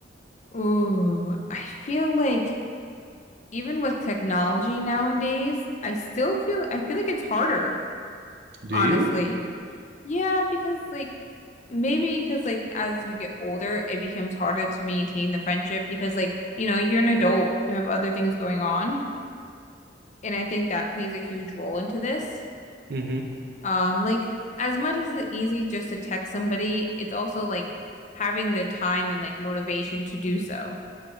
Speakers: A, on the left; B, on the right.
A: Ooh, I feel like even with technology nowadays, I still feel I feel like it's harder,
B: Do
A: honestly.
B: you?
A: Yeah, because like maybe because like as you get older, it becomes harder to maintain the friendship because like, you know, you're an adult, you have other things going on, and I think that plays a huge role into this.
B: hmm
A: Um, like as much as it's easy just to text somebody, it's also like having the time and like motivation to do so.